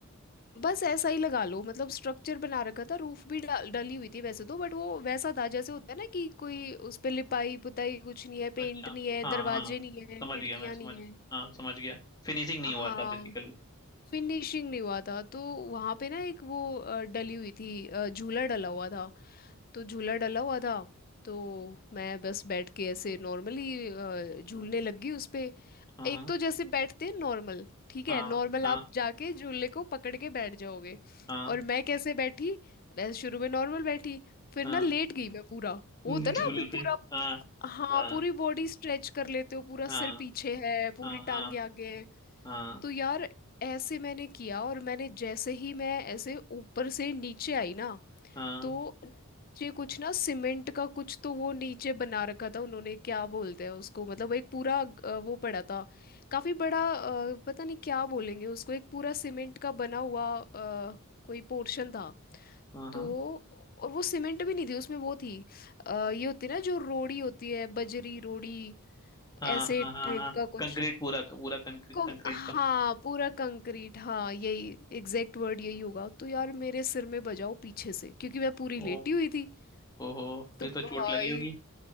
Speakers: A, on the left; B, on the left.
A: बस ऐसा ही लगा लो मतलब स्ट्रक्चर बना रखा था रूफ भी डा, डली हुई थी वैसे तो बट वो वैसा था जैसे होता है ना कि कोई उस पे लिपाई पुताई कुछ नहीं है
B: अच्छा
A: पेंट नहीं है
B: हाँ
A: दरवाजे
B: हाँ
A: नहीं है
B: समझ
A: खिड़कियां
B: गया मैं समझ
A: नहीं है
B: हाँ समझ गया फिनिशिंग नहीं
A: हाँ
B: हुआ था बेसिकली
A: फिनिशिंग नहीं हुआ था तो वहां पे ना एक वो अ, डली हुई थी अ, झूला डला हुआ था तो झूला डला हुआ था तो मैं बस बैठ के ऐसे नॉर्मली झूलने
B: हाँ
A: लग गई उस पे
B: हाँ
A: एक तो जैसे बैठते हैं नॉर्मल ठीक है
B: हाँ
A: नॉर्मल
B: हाँ
A: आप जाके झूले को पकड़ के बैठ जाओगे
B: हाँ
A: और मैं कैसे बैठी मैं शुरू में नॉर्मल बैठी फिर
B: हाँ
A: ना लेट गई मैं पूरा वो
B: हम्म,
A: होता है
B: झूले
A: ना आप
B: पे
A: पूरा
B: हाँ
A: हाँ
B: हाँ
A: पूरी बॉडी स्ट्रेच कर लेते हो पूरा
B: हाँ
A: सिर पीछे है पूरी
B: हाँ हाँ
A: टांगे आगे हैं
B: हाँ
A: तो यार ऐसे मैंने किया और मैंने जैसे ही मैं ऐसे ऊपर से नीचे आई ना
B: हाँ
A: तो ये कुछ ना सीमेंट का कुछ तो वो नीचे बना रखा था उन्होंने क्या बोलते हैं उसको मतलब एक पूरा अ, वो पड़ा था काफी बड़ा अ, पता नहीं क्या बोलेंगे उसको एक पूरा सीमेंट का बना हुआ अ, कोई पोर्शन था
B: हाँ हाँ
A: तो और वो सीमेंट भी नहीं थी उसमें वो थी अ, ये होती है ना जो रोड़ी होती है बजरी रोड़ी
B: हाँ
A: ऐसे
B: हाँ हाँ
A: टाइप
B: हाँ
A: का कुछ
B: कंक्रीट पूरा पूरा कंक्रीट
A: कं-
B: कंक्रीट
A: हाँ
B: का
A: पूरा कंक्रीट हाँ यही एग्जैक्ट वर्ड यही होगा तो यार मेरे सिर में बजाओ पीछे से क्योंकि मैं पूरी
B: ओ
A: लेटी हुई थी
B: ओहो फिर
A: तो
B: तो
A: भाई
B: चोट लगी होगी